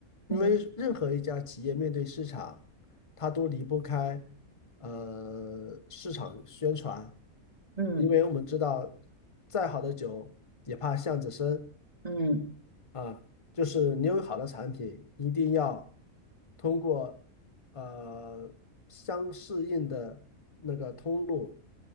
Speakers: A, on the left; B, on the right.
A: 因为任何一家企业面对市场，
B: 嗯
A: 它都离不开呃市场宣传。
B: 嗯
A: 因为我们知道，再好的酒也怕巷子深，
B: 嗯
A: 啊，就是你有好的产品，一定要通过呃相适应的那个通路，